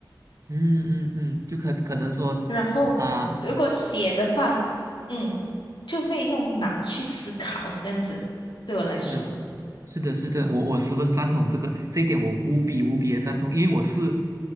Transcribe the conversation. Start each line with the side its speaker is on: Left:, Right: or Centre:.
Right: 嗯嗯嗯，就可可能说
Left: 然后如果写的话，
Right: 啊、
Left: 嗯，就会用脑去思考，这样子对我来说，
Right: 是的，是是的，是的，我我十分赞同这个这一点，我无比无比的赞同，因为我是